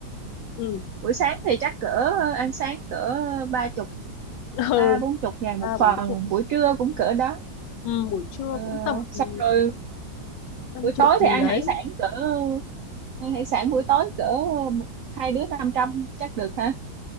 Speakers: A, on the left; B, on the right.
A: ừ,
B: buổi sáng thì chắc cỡ ờ, ăn sáng cỡ ờ, ba chục
A: <laughs> ừ,
B: ba bốn chục ngàn
A: ba
B: một
A: bốn
B: phần
A: chục
B: buổi trưa cũng cỡ đó
A: ừ, buổi trưa
B: Ờ,
A: cũng tầm
B: xong
A: ừ,
B: rồi
A: năm
B: buổi
A: chục
B: tối
A: gì
B: thì ăn
A: đấy
B: hải sản cỡ ăn hải sản buổi tối cỡ một- hai đứa năm trăm chắc được ha